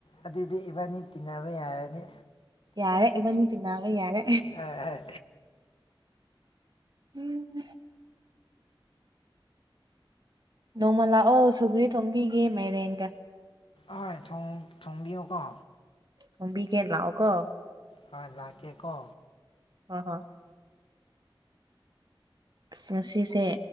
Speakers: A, on the left; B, on the right.
A: ꯑꯗꯨꯗꯤ ꯏꯕꯥꯅꯤ ꯇꯤꯟꯅꯕ ꯌꯥꯔꯅꯤ
B: ꯌꯥꯔꯦ ꯏꯕꯟ ꯆꯤꯟꯅꯕ ꯌꯥꯔꯦ
A: ꯑꯥ ꯑꯥ
B: ꯎꯝ ꯅꯣꯡꯃ ꯂꯥꯛꯑꯣ ꯁꯨꯒ꯭ꯔꯤ ꯊꯣꯡꯝꯕꯤꯒꯦ ꯃꯥꯏꯔꯦꯟꯒ
A: ꯑꯣꯏ ꯊꯣꯡꯕꯤꯌꯨꯀꯣ
B: ꯑꯣꯣꯝꯕꯤꯒꯦ ꯂꯥꯛꯑꯣ ꯀꯣ
A: ꯍꯣꯏ ꯅꯀꯦ ꯀꯣ
B: ꯑꯣ ꯍꯣ ꯑꯁ ꯉꯁꯤꯁꯦ